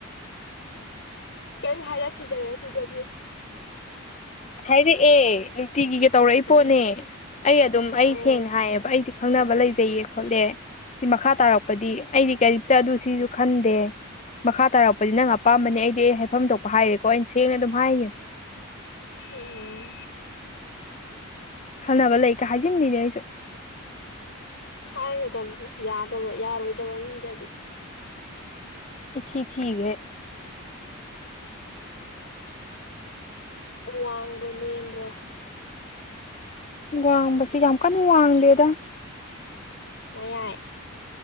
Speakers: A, on the left; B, on the left.
A: ꯀꯩ ꯍꯥꯏꯔ ꯈꯈꯤꯗꯔꯦ ꯑꯗꯨꯗꯒꯤ
B: ꯍꯥꯏꯗꯤꯦ ꯑꯦ ꯅꯨꯡꯇꯤꯒꯤꯒ ꯇꯧꯔꯛꯏ
A: ꯎꯝ
B: ꯄꯣꯠꯅꯦ ꯑꯩ ꯑꯗꯨꯝ ꯑꯩ
A: ꯑꯥ
B: ꯁꯦꯡꯅ ꯍꯥꯏꯌꯦꯕ ꯑꯩꯗꯤ ꯈꯪꯅꯕ ꯂꯩꯖꯩꯌꯦ ꯈꯣꯠꯂꯦ ꯁꯤ ꯃꯈꯥ ꯇꯥꯔꯛꯄꯗꯤ ꯑꯩꯗꯤ ꯀꯔꯤꯝꯇ ꯑꯗꯨ ꯁꯤꯁꯨ ꯈꯟꯗꯦ ꯃꯈꯥ ꯇꯥꯔꯛꯄꯗꯤ ꯅꯪ ꯑꯄꯥꯝꯕꯅꯦ ꯑꯩꯗꯤ ꯑꯩ ꯍꯥꯏꯐꯝ ꯊꯣꯛꯄ ꯍꯥꯏꯔꯦꯀꯣ ꯑꯩꯅ ꯁꯦꯡꯅ ꯑꯗꯨꯝ ꯍꯥꯏꯒꯦ
A: ꯑꯣ
B: ꯈꯟꯅꯅꯕ ꯂꯩꯀ ꯍꯥꯏꯖꯤꯟꯕꯤꯅꯦ ꯑꯩꯁꯨ
A: ꯍꯥꯏꯒꯗꯝꯗꯤꯦ ꯌꯥꯗꯕ ꯌꯥꯔꯣꯏꯗꯕ ꯃꯤꯗꯗꯤ
B: ꯏꯆꯤ ꯊꯤ ꯍ
A: ꯋꯥꯡꯕ꯭ꯔꯣ ꯅꯦꯝꯕ꯭ꯔꯣ
B: ꯋꯥꯡꯕꯁꯤ ꯌꯥꯝ ꯀꯟꯅ ꯋꯥꯡꯗꯦꯗ
A: ꯃꯌꯥꯏ